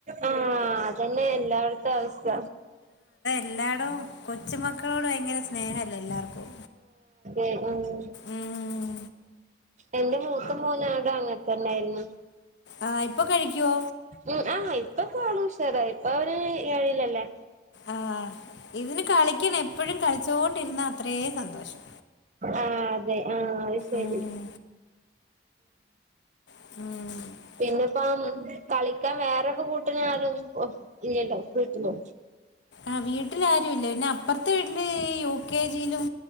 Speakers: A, on the right; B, on the left.
A: ആഹ് അതന്നെ എല്ലായിടത്തും അവസ്ഥ.
B: ല്ലാടും കൊച്ചുമക്കളോട് ഭയങ്കര സ്നേഹല്ലേ എല്ലാർക്കും.
A: ഏ ഉം
B: ഉം
A: എന്റെ മൂത്ത മോനും അങ്ങനെത്തന്നായിരുന്നു.
B: ആഹ് ഇപ്പൊ കഴിക്ക്യോ
A: ഉ ആഹ് ഇപ്പൊക്കോള്ഉഷേറായി ഇപ്പ അവന് ഏഴ്ലല്ലേ
B: ആഹ് ഇതിന് കളിക്കണം എപ്പോഴും കളിച്ചോണ്ടിക്കും അത്രേ സന്തോഷം
A: ആഹ്അതെ ആഹ് ശരി
B: ഉം ഉം
A: പിന്നെപ്പം കളിക്കാൻ വേറെക്കെ കൂട്ടിനാരും ഇല്ലല്ലോവീട്ട് ന്നു
B: ആഹ് വീട്ടിലാരുല്ല പിന്നെ അപ്പറത്തെ വീട്ടില് യു കെ ജിയിലും